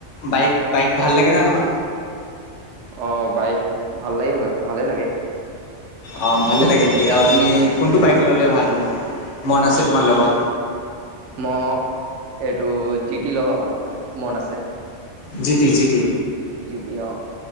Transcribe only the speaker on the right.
অ বাইক ভাল লাগে ভালে লাগে।
অ'
মোক এইটো জিটি ল'বা ভাল মন আছে।
GT অঁ।